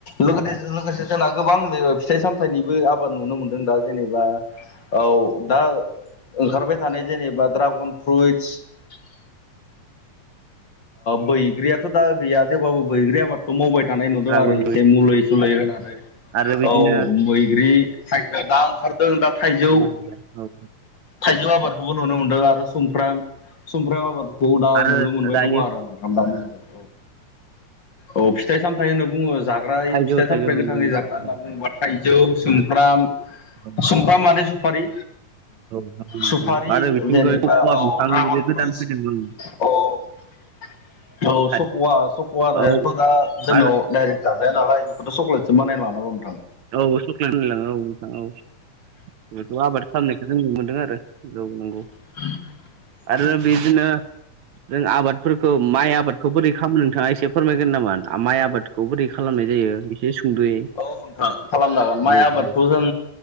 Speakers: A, on the left; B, on the right.
A: लोगोसे लोगोसे जोंना गोबां बे फिथाइ सामथाइनिबो आबाद नुनो मोनदों दा जेनेबा औ दा। ओंखारबाय थानाय जेनेबा ड्रागन फ्रुइटस
B: <inaudible>
A: बैग्रियाथ' दा गैया थेवबाबो बैग्रिया मार बे मावबाय थानाय नुदों
B: ड्रागन
A: आरो
B: फ्रुइट
A: एसे मुलै सोलै होनानै
B: आरो बिदिनो
A: औ मैग्रि। <unintelligible> जों दा थाइजौ
B: लिलिया, औ
A: थाइजौ आबादखौबो नुनो मोनदों आरो समफ्र समफ्राम आबादखौ दा
B: आरो
A: नुनो मोनबाय
B: दायो
A: दङ आरो नथ औ फिथाइ सामथाय होनो बुङो। जाग्रा ओइ
B: थाइजौ
A: फिथाइ
B: थाइजौ
A: सामथायाइ
B: नंगौ
A: गोथाङै
B: नोंथां
A: जाग्रा होनना
B: औ,
A: बुङोबा थाइजौ
B: नुदों।
A: सुमफ्राम
B: औ,
A: सुमफ्राम मानो सुपारि
B: नंगौ
A: सुपारि
B: नोंथां। आरो बिथिंजाय
A: जेनेबा
B: कक'वा
A: औ
B: बिफां
A: दड्रागन
B: जे
A: फ्रुइस
B: गोदान फैदों ओं,
A: औ औ
B: थाइ
A: सकुवा सकुवारहायाथ'
B: औ
A: दा जोंनाव
B: आरो
A: डाइरेक्ट जाजाया नामा। बेखौ'केस बानाय ना बुं
B: औ सुख्लेट होनलाङो औ नोंथां औ। बेथ' आबाद खालामनायखौ जों नुनो मोनदों आरो जौनांगौ।
A: <inaudible>
B: आरो बिदिनो जों आबादफोरखौ माइ आबादखौ बोरै खालामनो बिथाङा एसे फोरमायगोन नामा माइ आबादखौ बोरै खालामनाय जायो एसे सुंद'यै
A: औ नोंथां खालामनांगोन माइ
B: औ
A: आबादखौ
B: औ
A: जों